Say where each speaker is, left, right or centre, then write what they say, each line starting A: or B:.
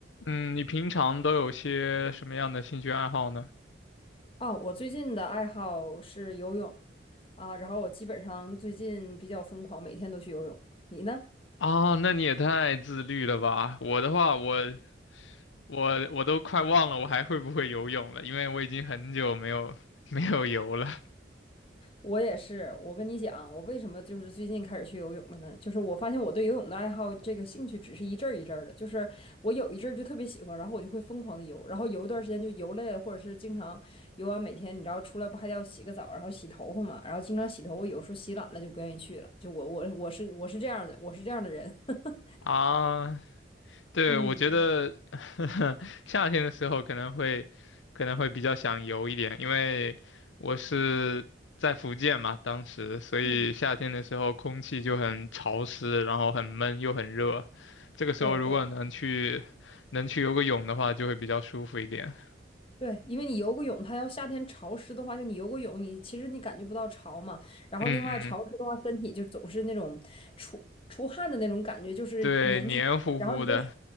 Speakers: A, on the left; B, on the left.
A: 嗯，你平常都有些什么样的兴趣爱好呢？
B: 哦，我最近的爱好是游泳啊，然后我基本上最近比较疯狂，每天都去游泳。你呢？
A: 啊，那你也太自律了吧！我的话，我我我都快忘了我还会不会游泳了，因为我已经很久没有 <laughs> 没有游了
B: 我也是。我跟你讲，我为什么就是最近开始去游泳了呢？就是我发现我对游泳的爱好，这个兴趣只是一阵儿一阵儿的。就是我有一阵儿就特别喜欢，然后我就会疯狂的游，然后游一段时间就游累了，或者是经常游完每天，你知道出来不还得要洗个澡，然后洗头发嘛，然后经常洗头，我有时候洗懒了就不愿意去了。就我我我是我是这样的，我是这样的人。<laughs>
A: 啊。对，
B: 嗯嗯，
A: 我觉得 <laughs> 夏天的时候可能会可能会比较想游一点，因为我是在福建嘛，当时，所以夏天的时候空气就很潮湿，
B: 嗯
A: 然后很闷又很热。这个时候如果能去能去游个泳的话，
B: 对对。
A: 就会比较舒服一点。
B: 对，因为你游个泳，它要夏天潮湿的话，就你游个泳，你其实你感觉不到潮嘛。然后另外潮湿的话，
A: 嗯嗯，
B: 身体就总是那种出出汗的那种感觉，就是年纪，
A: 对，黏糊糊的。
B: 然后你在